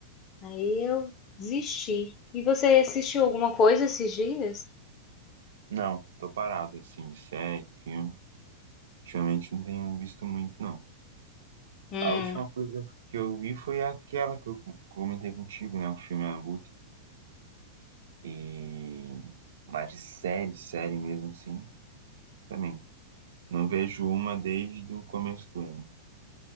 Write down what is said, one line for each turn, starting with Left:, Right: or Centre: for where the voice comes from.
Left: Aí eu desisti. E você assistiu alguma coisa esses dias?
Right: Não, tô parado assim de série, filme. Ultimamente não tenho visto muito, não.
Left: Hum,
Right: A última coisa que eu vi foi aquela que eu com- comentei contigo, né? O filme Abutre. E mas de série, série mesmo assim, também. Não vejo uma desde o começo do ano.